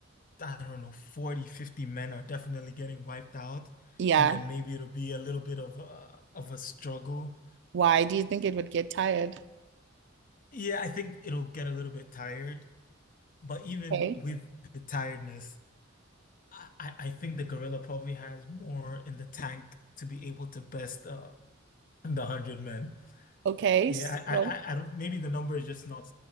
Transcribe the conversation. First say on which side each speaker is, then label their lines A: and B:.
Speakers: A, on the left; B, on the right.
A: I don't know, 40, 50 men are definitely getting wiped out,
B: <laughs> yeah.
A: and then maybe it'll be a little bit of a, of a struggle.
B: Why do you think it would get tired?
A: Yeah, I think it'll get a little bit tired, but even
B: Okay.
A: with the tiredness, I, I I think the gorilla probably has more in the tank to be able to best uh, the 100 men.
B: Okay.
A: Yeah,
B: So
A: I, I, I don't. Maybe the number is just not